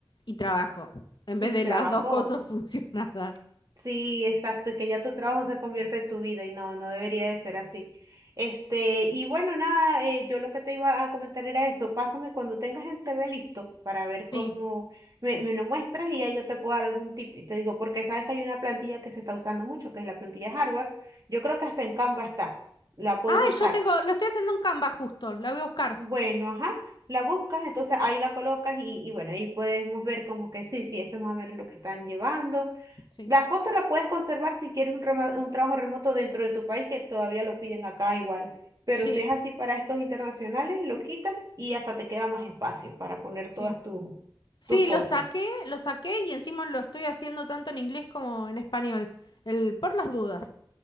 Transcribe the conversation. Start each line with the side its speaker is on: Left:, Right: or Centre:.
Left: y trabajo, en
Right: Y
Left: vez
Right: trabajo.
Left: de las dos cosas <laughs> funcionadas.
Right: Sí, exacto, y que ya tu trabajo se convierte en tu vida y no, no debería de ser así. Este, y bueno, nada, eh, yo lo que te iba a comentar era eso, pásame cuando tengas el CV listo para ver cómo
Left: Sí.
Right: me, me lo muestras y ya yo te puedo dar algún tip y te digo, porque sabes que hay una plantilla que se está usando mucho, que es la plantilla hardware, yo creo que hasta en Canva está, la puedes
Left: Ah,
Right: buscar.
Left: yo tengo, lo estoy haciendo en Canva justo, la voy a buscar.
Right: Bueno, ajá, la buscas, entonces ahí la colocas y, y bueno, ahí podemos ver como que sí, sí, eso es más o menos lo que están llevando
Left: Sí.
Right: la foto la puedes conservar si quieres un, rema- un trabajo remoto dentro de tu país, que todavía lo piden acá igual. Pero
Left: Sí,
Right: si es así para estos internacionales, lo quitas y hasta te queda más espacio para poner
Left: sí.
Right: todas tus
Left: Sí,
Right: tus cosas.
Left: lo saqué, lo saqué y encima lo estoy haciendo tanto en inglés como en español. El por las dudas.